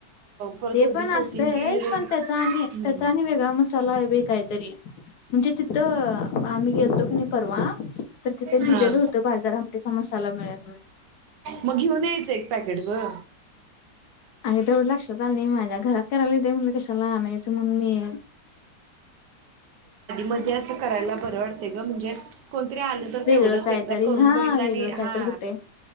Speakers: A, on the right; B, on the left.
A: परत
B: ते
A: ओली
B: पण
A: कोथिंबीर
B: असतंयच
A: हम्म.
B: पण, त्याचा आणि त्याचा आणि वेगळा मसाला आहे बीई काहीतरी म्हणजे तिथं आम्ही गेलतो क नाही परवा तर तिथं लिहिलेल
A: हां
B: होतं बाजार आमटीचा मसाला मिळेल म्हनून.
A: मग घेऊन यायचं एक पॅकेट ग.
B: आग तेवढं लक्षात आल नाही माझ्या. घरात करायला येतय म्हणलं कशाला आणयच? म्हणून मी
A: मदी अस करायला बर वाटतय ग म्हणजे कोणतरी आलं तर
B: वेगळं
A: तेवढंच
B: कायतरी
A: एकदा करून
B: हा
A: बघितल
B: वेगळं
A: आणि
B: कायतरी
A: हा
B: होतंय.